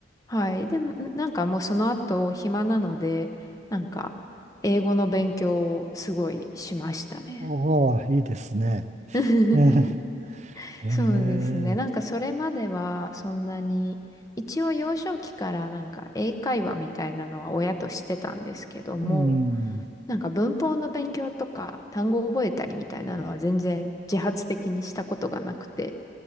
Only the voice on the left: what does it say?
はい。でも、なんかもうその後暇なので、なんか英語の勉強をすごいしましたね。
<laughs>
そうですね。なんかそれまではそんなに、一応幼少期からなんか英会話みたいなのは親としてたんですけども、
なんか文法の勉強とか単語を覚えたりみたいなのは全然自発的にしたことがなくて。